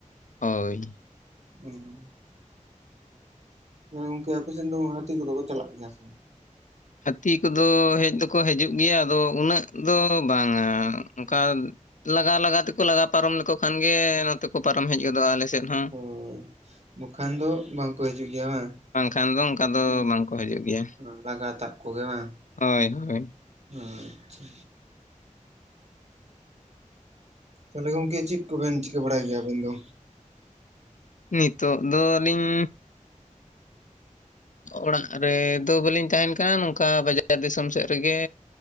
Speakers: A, on the left; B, on the right.
A: ᱦᱳᱭ
B: ᱦᱩᱸ ᱜᱚᱝᱠᱮ ᱟᱯᱮ ᱥᱮᱫ ᱫᱚ ᱦᱟᱹᱛᱤ ᱠᱚ ᱫᱚ ᱠᱚ ᱪᱟᱞᱟᱜ ᱜᱮᱭᱟ ᱥᱮ ᱵᱟᱝ
A: ᱦᱟᱹᱛᱤ ᱠᱚᱫᱚ ᱦᱮᱡ ᱫᱚᱠᱚ ᱦᱤᱡᱩᱜ ᱜᱮᱭᱟ ᱟᱫᱚ ᱩᱱᱟᱹᱜ ᱫᱚ ᱵᱟᱝᱟ ᱚᱱᱠᱟ ᱞᱟᱜᱟ ᱞᱟᱜᱟ ᱛᱮᱠᱚ ᱞᱟᱜᱟ ᱯᱟᱨᱚᱢ ᱞᱮᱠᱚ ᱠᱷᱟᱱᱜᱮ ᱱᱚᱛᱮ ᱠᱚ ᱯᱟᱨᱚᱢ ᱦᱮᱡ ᱜᱚᱫᱚᱜᱼᱟ ᱟᱞᱮᱥᱮᱫ ᱦᱚᱸ᱾
B: ᱦᱳᱭ ᱵᱟᱠᱷᱟᱱ ᱫᱚ ᱵᱟᱝᱠᱚ ᱦᱤᱡᱩᱜ ᱜᱮᱭᱟ ᱵᱟᱝ?
A: ᱵᱟᱝᱠᱷᱟᱱ ᱫᱚ ᱚᱱᱠᱟ ᱫᱚ
B: ᱩᱱᱠᱩ
A: ᱵᱟᱝᱠᱚ ᱦᱤᱡᱩᱜ ᱜᱮᱭᱟ
B: ᱞᱟᱜᱟ ᱛᱟᱵ ᱠᱚᱜᱮ ᱵᱟᱝ?
A: ᱦᱳᱭ ᱦᱳᱭ
B: ᱟᱪᱪᱷᱟ᱾ ᱛᱟᱦᱚᱞᱮ ᱜᱚᱝᱠᱮ ᱪᱮᱫ ᱠᱚᱵᱮᱱ ᱪᱤᱠᱟᱹ ᱵᱟᱲᱟᱭ ᱜᱮᱭᱟ ᱟᱵᱤᱱ ᱫᱚ
A: ᱱᱤᱛᱚᱜ ᱫᱚ ᱟ. ᱞᱤᱧ ᱚᱲᱟᱜ ᱨᱮ ᱫᱚ ᱵᱟᱹᱞᱤᱧ ᱛᱟᱦᱮᱸᱱ ᱠᱟᱱᱟ ᱱᱚᱝᱠᱟ ᱵᱟᱡᱟᱨ ᱫᱤᱥᱚᱢ ᱥᱮᱫ ᱨᱮ ᱜᱮ